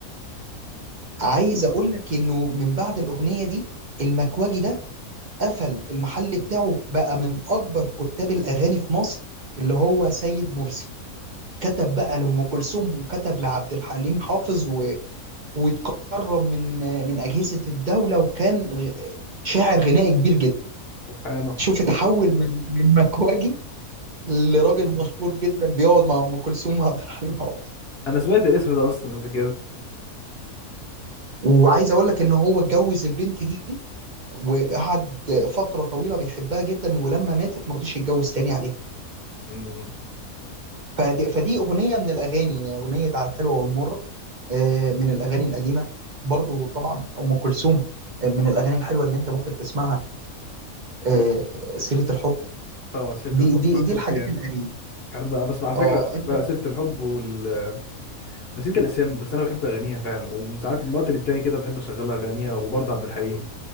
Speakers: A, on the right (about 45°); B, on the left (about 50°).
A: عايز اقول لك انه من بعد الاغنيه دي المكواجي ده قفل المحل بتاعه بقى من اكبر كتاب الاغاني في مصر اللي هو سيد مرسي كتب بقى لام كلثوم وكتب لعبد الحليم حافظ و... واتكرم من من اجهزه الدوله وكان غ- شاعر غنائي كبير جدا
B: سبحانه
A: شوف اتحول من من مكواجي لراجل مشهور جدا بيقعد مع ام كلثوم وعبد الحليم حافظ
B: انا سمعت الاسم ده اصلا قبل كده
A: وعايز اقول لك ان هو اتجوز البنت دي وقعد فترة طويلة بيحبها جدا ولما ماتت ما رضيش يتجوز تاني عليها
B: امم
A: فدي, فدي أغنية من الأغاني أغنية على الحلوة والمرة آه، من الأغاني القديمة برضو طبعا أم كلثوم آه، من الأغاني الحلوة اللي أنت ممكن تسمعها آه،
B: بس
A: سيرة الحب
B: طبعا عصيرة
A: دي
B: الحب
A: دي
B: بموت
A: دي الحاجات
B: فيها
A: القديمة
B: انا ب- بسمع على فكره
A: اه أنت
B: عصيرة الحب وال نسيت الاسامي بس انا بحب اغانيها فعلا وساعات من وقت للتاني كده بحب اشغلها اغانيها وبرضه عبد الحليم